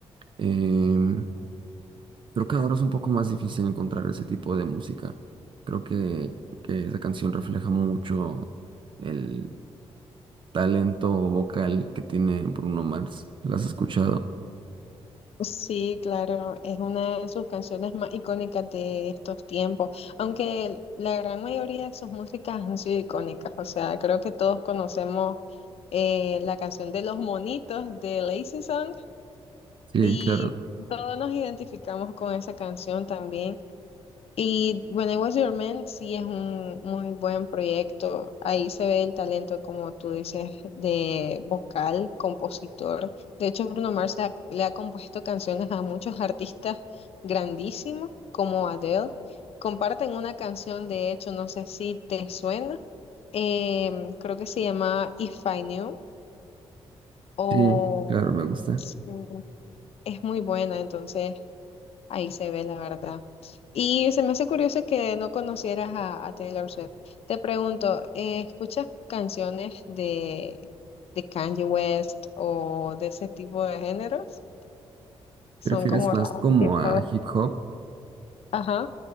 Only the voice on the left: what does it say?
Sí, claro, es una de sus canciones más icónicas de estos tiempos, aunque la gran mayoría de sus músicas han sido icónicas, o sea, creo que todos conocemos eh, la canción de Los Monitos de Lazy Song
y
todos nos identificamos con esa canción también. Y When I Was Your Man sí es un muy buen proyecto. Ahí se ve el talento, como tú dices, de vocal, compositor. De hecho, Bruno Mars le ha, le ha compuesto canciones a muchos artistas grandísimos, como Adele. Comparten una canción, de hecho, no sé si te suena. em, creo que se llama If I Knew o
mm, es muy buena, entonces. Ahí se ve la verdad. Y se me hace curioso que no conocieras a, a Taylor Swift. Te pregunto, eh, ¿escuchas canciones de, de Kanye West o de ese tipo de géneros? Son
como
raras.
tipo,
Ajá.